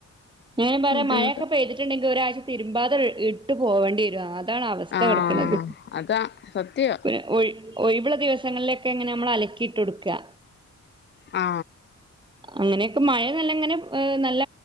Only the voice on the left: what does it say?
ബുദ്ധിമുട്ടാ
ആഹ്
അതാ സത്യം
ആ